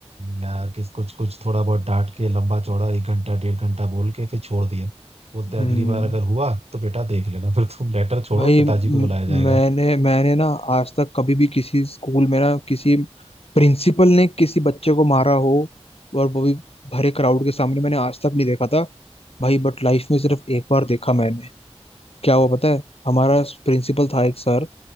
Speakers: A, on the right (about 70°); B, on the left (about 60°).
A: यार किस कुछ कुछ थोड़ा बहुत डांट के लंबा चौड़ा एक घंटा डेढ़ घंटा बोल के फिर छोड़ दिया बोलते
B: हम्म
A: अगली बार अगर हुआ तो बेटा देख लेना फिर तुम लेटर छोड़ो
B: भाई
A: पिताजी
B: म-
A: को बुलाया जाएगा
B: मैंने मैंने ना आज तक कभी भी किसी स्कूल में ना किसी प्रिंसिपल ने किसी बच्चे को मारा हो और वो भी भरे क्राउड के सामने मैंने आज तक नहीं देखा था भाई बट लाइफ में सिर्फ एक बार देखा मैंने क्या हुआ पता है हमारा प्रिंसिपल था एक सर